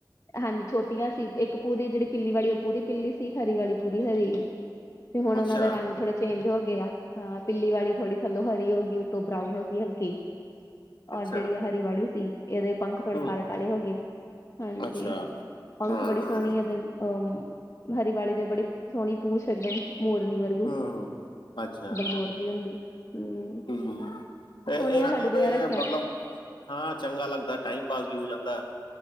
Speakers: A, on the left (about 40°); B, on the left (about 80°).
A: ਹਾਂਜੀ ਛੋਟੀਆਂ ਸੀ ਇੱਕ ਪੂਰੀ ਜਿਹੜੀ ਪਿੱਲੀ ਵਾਲੀ ਉਹ ਪੂਰੀ ਪਿੱਲੀ ਸੀ ਹਰੀ ਵਾਲੀ ਪੂਰੀ ਹਰੀ ਤੇ ਹੁਣ
B: ਅੱਛਾ
A: ਉਹ ਦੇ ਰੰਗ ਥੋੜੇ ਚੇਂਜ ਹੋ ਗਏ ਆ ਹਾਂ ਪਿੱਲੀ ਵਾਲੀ ਥੋੜੀ ਥੱਲੋਂ ਹਰੀ ਹੋ ਗਈ ਉਤੋਂ ਬਰਾਊਨ ਹੋ ਗਈ ਹਲਕੀ
B: ਅੱਛਾ
A: ਔਰ ਜਿਹੜੀ ਹਰੀ ਵਾਲੀ ਸੀ ਇਹਦੇ ਪੰਖ ਥੋੜੇ
B: ਹੂੰ
A: ਕਾਲੇ
B: ਹੂੰ
A: ਕਾਲੇ ਹੋ ਗਏ ਹਾਂਜੀ
B: ਅੱਛਾ
A: ਪੰਖ
B: ਹਾਂ
A: ਬੜੀ ਸੋਹਣੀ ਹੈ ਤੇ ਅਹ ਹਰੀ ਵਾਲੀ ਦੇ ਬੜੀ ਸੋਹਣੀ ਪੂਛ ਇਕਦਮ ਮੋਰਨੀ ਵਰਗੀ
B: ਹੂੰ
A: ਜਿਦਾ
B: ਅੱਛਾ
A: ਮੋਰਨੀ ਹੁੰਦੀ ਹੂੰ
B: ਹਮ ਹਮ ਇਹ
A: ਸੋਹਣੀਆਂ
B: ਰੱਖ
A: ਲੱਗਦੀਆਂ
B: ਲਓ ਤੇ
A: ਰੱਖੀਆਂ
B: ਮਤਲਬ ਹਾਂ ਚੰਗਾ ਲੱਗਦਾ ਟਾਈਮ ਪਾਸ ਵੀ ਹੋ ਜਾਂਦਾ